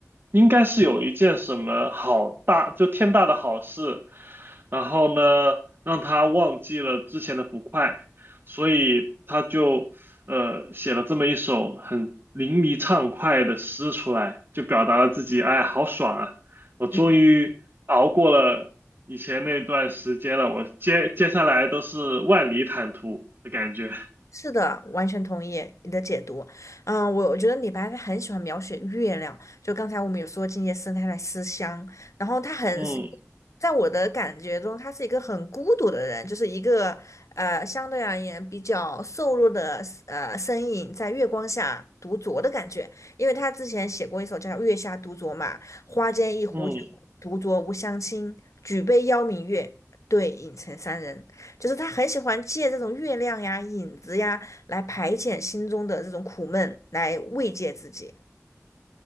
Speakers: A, on the right; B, on the left.
A: 应该是有一件什么好大，就天大的好事，然后呢，让他忘记了之前的不快，所以他就呃写了这么一首很淋漓畅快的诗出来，就表达了自己，哎，好爽啊！我终于熬过了以前那段时间了，
B: 嗯
A: 我接接下来都是万里坦途的感觉。
B: 是的，完全同意你的解读。嗯，我我觉得李白他很喜欢描写月亮，就刚才我们有说静夜思他在思乡，然后他很，
A: 嗯
B: 在我的感觉中，他是一个很孤独的人，就是一个呃相对而言比较瘦弱的呃身影在月光下独酌的感觉，因为他之前写过一首叫《月下独酌》嘛，花间一壶酒，
A: 嗯。
B: 独酌无相亲，举杯邀明月，对影成三人。就是他很喜欢借这种月亮呀、影子呀来排遣心中的这种苦闷，来慰藉自己。